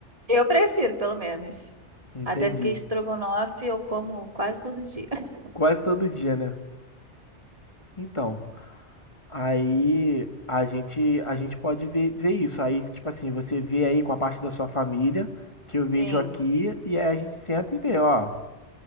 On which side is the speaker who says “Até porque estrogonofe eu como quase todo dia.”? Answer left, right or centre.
Right